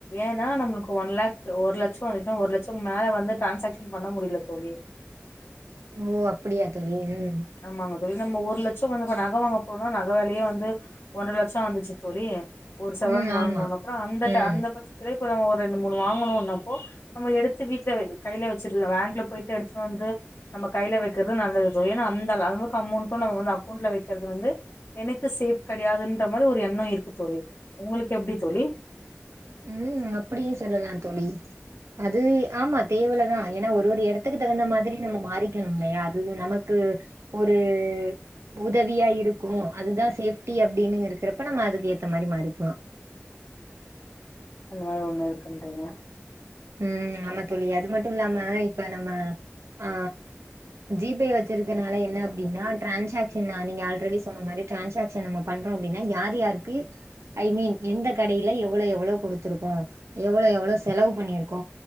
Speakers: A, on the left; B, on the right.
A: ஏன்னா நம்ளுக்கு ஒன் லேக் ஒரு லட்சோ வந்துச்னா ஒரு லட்சம் மேல வந்து டிரான்சாக்ஷன் பண்ண முடில தோழி
B: ஓ அப்டியா தோழி ம்
A: ஆமாங்க தோழி நம்ம ஒரு லட்ச் து இப்போ நகவாங்க போறோனா நக வெலயே வந்து ஒன்ற லட்சோ வந்துச்சு தோழி ஒரு சவரன்
B: ம் ஆமா
A: வாங்கனோ அப்றோ அந்த
B: ம்
A: ட அந்த பட்சத்துரே அப்புறோ ஒரு ரெண்டு மூணு வாங்குணுனப்போ நம்ம எடுத்து வீட்ல வை கைல வெச்சுட்லா பேங்க்ல போயிட்டு எடுத்துட் வந்து நம்ம கைல வெக்கிறது நல்லது தோழி ன்னா அந்த லவளுக்கு அமோண்ட்டு நம்ம வந்து அக்கோண்ட்ல வெக்கிறது வந்து எனக்கு சேஃப் கெடையாதுன்ற மாரி ஒரு எண்ணோ இருக்குத் தோழி உங்களுக்கு எப்டித் தோழி
B: ம் அப்டியே சொல்லலாந் தோழி அது ஆமா தேவலதா ஏனா ஒரு ஒரு எடத்துக்கு தகுந்த மாதிரி நம்மோ மாறிக்கணு இல்லையா அது நமக்கு ஒரு உதவியா இருக்கு அதுதா சேஃப்டி அப்டின்னு இருக்குறப்ப நம்ம அதுக்கு ஏத்த மாரி மாறிக்கலா
A: அந்த மாரி ஒன்னு இருக்குன்றீங்க
B: ம் ஆமா தோழி அது மட்டு இல்லாமா இப்ப நம்மா ஆ ஜி பே வச்சிருக்கனால என்ன அப்டின்னா ட்ரான்சாக்ஷன்னா நீங்க ஆல்ரெடி சொன்ன மாரி ட்ரான்சாக்ஷன் நம்ம பண்றோ அப்டின்னா யார் யாருக்கு ஐ மீன் எந்த கடையில எவ்ளோ எவ்ளோ குடுத்துருக்கோ எவ்ளோ எவ்ளோ செலவு பண்ணிருக் கோ